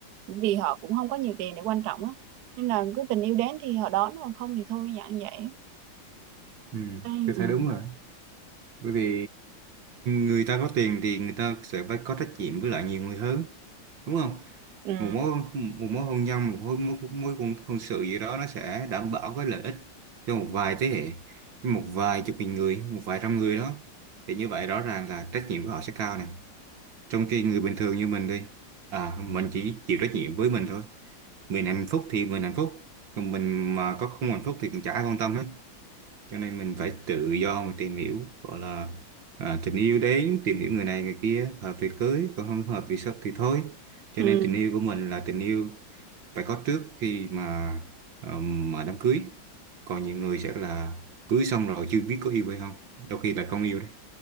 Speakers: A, on the right (about 70°); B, on the right (about 85°).
A: vì họ cũng không có nhiều tiền để quan trọng á nên là cứ tình yêu đến thì họ đón còn không thì thôi dạng vậy
B: Ừ,
A: ừ
B: tôi thấy đúng rồi. bởi vì người ta có tiền thì người ta sẽ phải có trách nhiệm với lại nhiều người hơn đúng không
A: ừ
B: một mối một mối hôn nhân một mối mối, mối hôn, hôn sự gì đó nó sẽ đảm bảo cái lợi ích cho một vài thế hệ một vài chục nghìn người một vài trăm người đó thì như vậy rõ ràng là trách nhiệm của họ sẽ cao này trong khi người bình thường như mình đi à mình chỉ chịu trách nhiệm với mình thôi mình hạnh phúc thì mình hạnh phúc còn mình mà có không hạnh phúc thì cũng chả ai quan tâm hết cho nên mình phải tự do mà tìm hiểu gọi là à, tình yêu đến tìm hiểu người này người kia hợp thì cưới còn không hợp thì sắp thì thôi cho
A: ừ
B: nên tình yêu của mình là tình yêu phải có trước khi mà ờm, mà đám cưới còn nhiều người sẽ là cưới xong rồi chưa biết có yêu hay không đôi khi là không yêu đấy